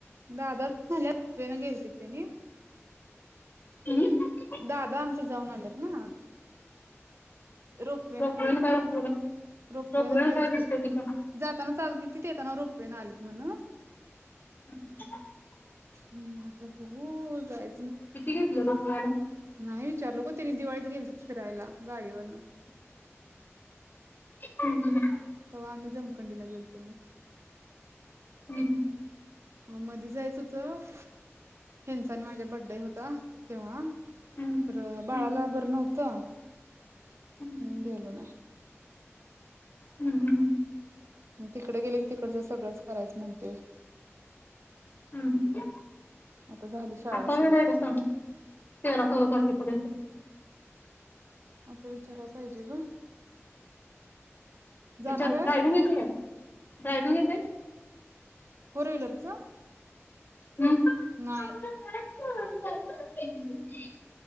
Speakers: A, on the right; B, on the left.
A: दादाच झाल्यान रोपवेन गेलती त्यानि
B: हम्म
A: दादा आमच जाऊन आल्यात ना. रोपवे
B: रोपवेला
A: न गेल,
B: काय उपयोग आहे
A: रोपवे
B: रोपवेला
A: न गेलते,
B: काय दिसतंय तिथं
A: जाताना चालत गेलते ते येताना रोपवे न आली. म्हण
B: <inaudible>
A: ह् आता बघू जाय
B: किती घेतलं डोकवाड
A: नाही विचारलं ग त्यानी दिवाळीत गेलतेत फिरायला गाडीवर <inaudible>
B: हम् हम्
A: व्हा आम्ही जमखंडी ला गेलो तुम
B: ह्म्म ह्म्म
A: मधी जायचं होत पण माझे बड्डे होता तेव्हा
B: हम्म
A: खरं बाळाला
B: हम्म
A: बरं नव्ह त्ता हम्
B: हम्म
A: गेलो नाही
B: हम्म हम्
A: ह तिकडे गेले की तिकडच सगळंच करायचं म्हणते
B: हम्
A: आता झाली शाळा
B: आता
A: सुरू
B: वेळ आहे ब सां तेरा चौदा तारखेपर्यंत
A: आता विचाराय पाहिजे ग जाणार
B: विचार
A: आहे
B: ड्रायविंग येतय का ड्रायविंग येतय
A: फोर व्हीलरच
B: <unintelligible>
A: नाही